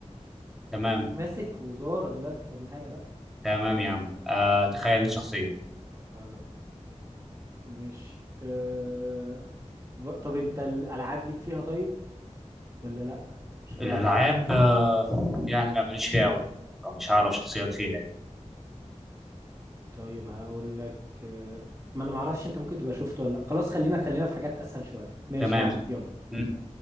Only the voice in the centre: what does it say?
تمام
تمام
يا
عم
آه تخيل شخصيه
الألعاب آه، يعني لا ماليش فيها أوي فمش هعرف شخصيات فيها يعني
تمام
مم.